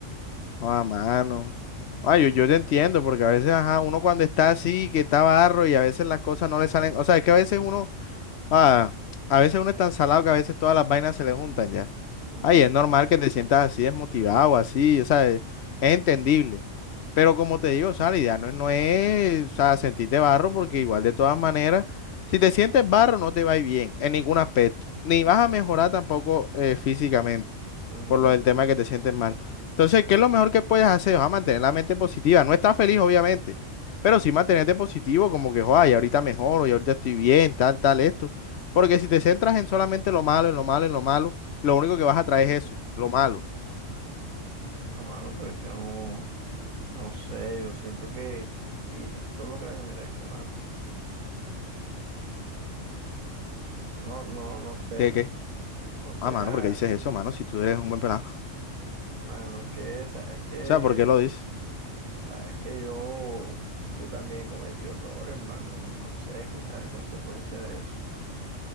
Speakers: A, on the left; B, on the right.
A: no a mano. Ah, yo, yo te entiendo, porque a veces, ajá, uno cuando está así, que está barro y a veces las cosas no le salen, o sea, es que a veces uno, ah, a veces uno es tan salado que a veces todas las vainas se le juntan ya.
B: Ujú,
A: Ay, es normal que te sientas así, desmotivado, así, o sea, es es entendible. Pero como te digo, o sea, la idea no, es- no es, o sea, sentirte barro, porque igual de todas maneras, si te sientes barro, no te va a ir bien en ningún aspecto. Ni vas
B: ujú,
A: a mejorar tampoco eh, físicamente,
B: ujú,
A: por lo del tema de que te sientes mal. Entonces, ¿qué es lo mejor que puedes hacer? O sea, mantener la mente positiva. No estás feliz, obviamente, pero sí mantenerte
B: ujú.
A: positivo, como que, joder, y ahorita mejoro, y ahorita estoy bien, tal, tal, esto. Porque si te centras en solamente lo malo, en lo malo, en lo malo, lo único que vas a traer es eso, lo malo.
B: No, mano, pero es que no, no sé, yo siento que, que quizás esto es lo que me merezco, mano. No, no, no sé.
A: ¿Qué, qué?
B: O sea,
A: Ah, mano, porque dices eso, mano, si tú eres un buen pelado.
B: mano, es que, sabes que,
A: O sea, ¿por qué lo dice?
B: sabes que yo, yo también he cometido errores, mano, y no sé, quizás a consecuencia de eso.